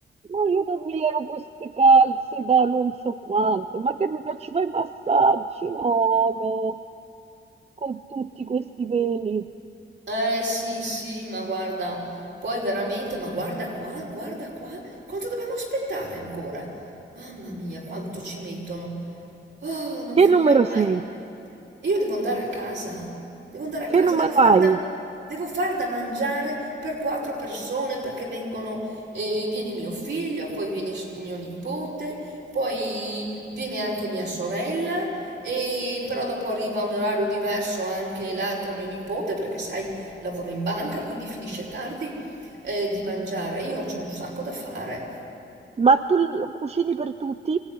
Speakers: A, on the right (about 30°); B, on the right (about 60°).
A: ma io non mi levo queste calze da non so quanto, ma che mi faccio fare i massaggi? No, no, con tutti questi peli.
B: Eh sì, sì, ma guarda, poi veramente, ma guarda qua, guarda qua, quanto dobbiamo aspettare ancora? Mamma mia, quanto ci mettono. Oh, non
A: Che
B: finirà
A: numero
B: mai.
A: sei?
B: E io devo andare a casa, devo andare a
A: Che
B: casa,
A: numero
B: devo far
A: hai?
B: da, devo far da mangiare per quattro persone perché vengono, eh, viene mio figlio, poi viene s- mio nipote, poi viene anche mia sorella, e però dopo arriva a un orario diverso anche l'altro mio nipote perché sai, lavora in banca, quindi finisce tardi, eh, di mangiare. Io ho un sacco da fare.
A: Ma tu l- cucini per tutti?